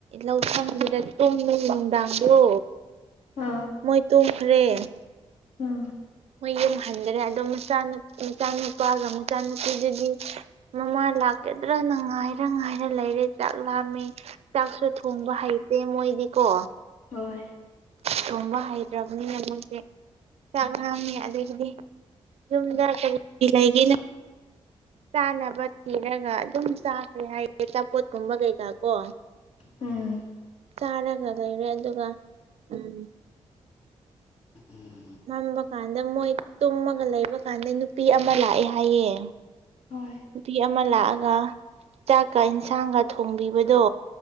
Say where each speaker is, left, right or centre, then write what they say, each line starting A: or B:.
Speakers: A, on the right; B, on the left.
A: ꯂꯧꯁꯪꯒꯤꯗ ꯇꯨꯝꯃꯦ ꯅꯨꯡꯗꯥꯡꯗꯣ
B: ꯑꯥ
A: ꯃꯣꯏ ꯇꯨꯝꯈ꯭ꯔꯦ
B: ꯎꯝ
A: ꯃꯣꯏ ꯌꯨꯝꯍꯟꯗ꯭ꯔꯦ ꯑꯗꯣ ꯃꯆꯥꯅꯨ ꯃꯆꯥꯅꯨꯄꯥꯒ ꯃꯆꯥꯅꯨꯄꯤꯗꯨꯗꯤ ꯃꯃꯥ ꯂꯥꯛꯀꯗ꯭ꯔꯥꯅ ꯉꯥꯏꯔ ꯉꯥꯏꯔ ꯂꯩꯔꯦ ꯆꯥꯛ ꯂꯥꯝꯃꯦ ꯆꯥꯛꯁꯨ ꯊꯣꯡꯕ ꯍꯩꯇꯦ ꯃꯣꯏꯗꯤꯀꯣ
B: ꯍꯣꯏ
A: ꯊꯣꯡꯕ ꯍꯩꯇ꯭ꯔꯕꯅꯤꯅ ꯃꯣꯏꯁꯦ ꯆꯥꯛ ꯂꯥꯝꯃꯦ ꯑꯗꯒꯤꯗꯤ ꯌꯨꯝꯗ <unintelligible> ꯆꯥꯅꯕ ꯊꯤꯔꯒ ꯑꯗꯨꯝ ꯆꯥꯈ꯭ꯔꯦ ꯍꯥꯏꯔꯦ ꯑꯆꯥꯄꯣꯠꯀꯨꯝꯕ ꯀꯩꯀꯥ ꯀꯣ
B: ꯎꯝ
A: ꯆꯥꯔꯒ ꯂꯩꯔꯦ ꯑꯗꯨꯒ ꯎꯝ
B: ꯎꯝ
A: ꯃꯝꯕ ꯀꯥꯟꯗ ꯃꯣꯏ ꯇꯨꯝꯃꯒ ꯂꯩꯕ ꯀꯥꯟꯗ ꯅꯨꯄꯤ ꯑꯃ ꯂꯥꯛꯑꯦ ꯍꯥꯏꯌꯦ
B: ꯍꯣꯏ
A: ꯅꯨꯄꯤ ꯑꯃ ꯂꯥꯛꯑꯒ ꯆꯥꯛꯀ ꯏꯟꯁꯥꯡꯒ ꯊꯣꯡꯕꯤꯕꯗꯣ